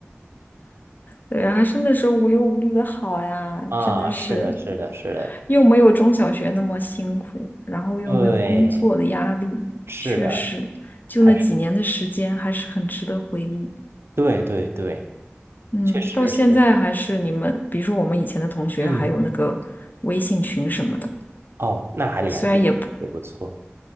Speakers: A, on the left (about 45°); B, on the right (about 65°).
A: 对啊，还是那时候无忧无虑的好呀，
B: 啊，
A: 真的是
B: 是的，是的，是的，
A: 又没有中小学那么辛苦，然后又没有工作的压力，
B: 对，是的，
A: 确实，就那几年的时间还是很值得回忆。
B: 还是对对对，
A: 嗯，
B: 确实是，
A: 到现在还是你们，比如说我们以前的同学，
B: 嗯，
A: 还有那个微信群什么的。
B: 哦，那还联系也不错，
A: 虽然也不。